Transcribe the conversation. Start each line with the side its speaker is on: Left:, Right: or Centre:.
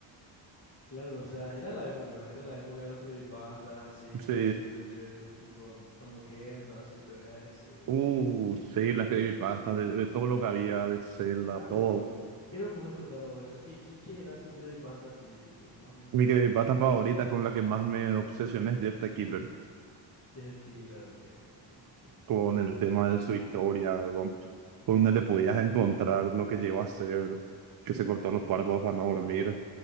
Left: Claro, o sea, era la época, era la época de los creepypastas, así,
Right: Sí,
Left: todo ese contenido de YouTube por- con, con Loquendo, así, te voy a decir.
Right: uh,
Left: Que, que, que-
Right: sí, las
Left: que-
Right: creepypastas, de, de todo lo que había, de Zelda,
Left: claro,
Right: todo.
Left: ¿qué me puedes contar a vos de eso? ¿Qué, qué, qué era tu creepypasta así, que más mío te
Right: Mi
Left: ha dado
Right: creepypasta
Left: tu favorito?
Right: favorita con la que más me obsesioné es Jeff the Killer.
Left: Y es de Killer, ok, entiendo, entiendo,
Right: con
Left: entiendo.
Right: el tema de su historia, ¿verdad? Donde le podías encontrar lo que llegó a ser, que se cortó los párpados para no dormir.